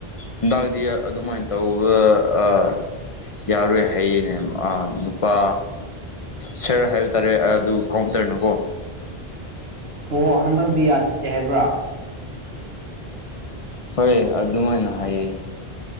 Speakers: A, on the left; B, on the right.
A: ꯍꯟꯗꯛꯗꯤ ꯑꯗꯨꯃꯥꯏꯅ ꯇꯧꯕ ꯑꯥ ꯌꯥꯔꯣꯏ ꯍꯩꯌꯦꯅꯦ ꯑꯥ ꯅꯨꯄꯥ ꯁꯔ ꯍꯥꯏꯕ ꯇꯥꯔꯦ ꯑꯗꯨ ꯀꯥꯎꯟꯇꯔꯅꯀꯣ
B: ꯑꯣ ꯍꯟꯗꯛꯇꯤ ꯌꯥꯗꯦ ꯍꯥꯏꯕ꯭ꯔꯥ
A: ꯍꯣꯏ ꯑꯗꯨꯃꯥꯏꯅ ꯍꯥꯏꯌꯦ